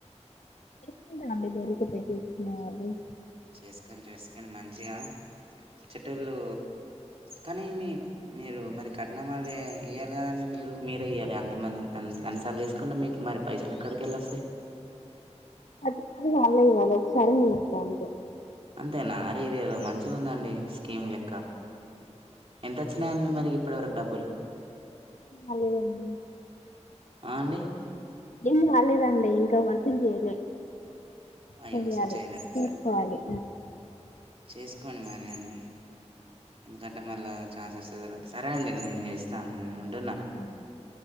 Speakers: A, on the left; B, on the right.
A: ఏ అడి గరుకట్టసున్నా అ
B: చేసుకొని చేసుకొని మంచిగా ఇచ్చేటోళ్ళు కానీ మీ మీరు మరి కట్నం అవి ఇయ్యాలి కదండి మీరు మీరే ఇయ్యాలి అంతమంది అన్నిసార్లు చేసుకుంటే మీకు మరి పైసలు ఎక్కడికెళ్లి వస్తాయి
A: ప్రతిసారి వాళ్లే ఇయ్యలే ఒకసారి నేను ఇస్తా అంతే
B: అంతేనా అరే ఇది ఏదో మంచిగా ఉందండి స్కీమ్ లెక్క ఎంత వచ్చినాయండి మరి ఇప్పటివరకు డబ్బులు
A: అదే అండీ
B: ఆ అండి
A: ఏం కాలేదు అండీ ఇంకా వంట చేయలే
B: అయ్యో
A: చెయ్యాలి
B: అసలు చేయలేదు
A: తీసుకోవాలి
B: సర్ చేసుకోండి మరి అన్ని ఎందుకంటే మళ్ళ చాన్స్ వస్తాదో రాదో సరే అండి నేను చేస్తా ఉంటున్నాను
A: సరే అండి